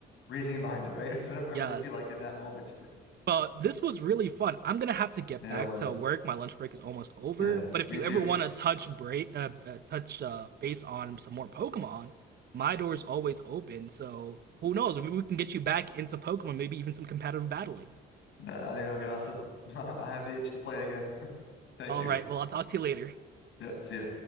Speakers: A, on the left; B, on the right.
A: reasoning behind it, right? <laughs> It's whatever
B: Yeah,
A: they feel like in that moment. <laughs>
B: But this was really fun. I'm gonna have to get
A: Yeah,
B: back
A: it was.
B: to work. My lunch break is almost over.
A: Yeah.
B: But if
A: Me
B: you
A: too.
B: ever want to touch break, uh, uh, touch uh, base on some more Pokemon, my door's always open. So who knows? Maybe we can get you back into Pokemon. Maybe even some competitive battling.
A: I I think that'd be awesome. <laughs> I have the itch to play again. Thank
B: All
A: you.
B: right. Well, I'll talk to you later.
A: Yeah, see ya.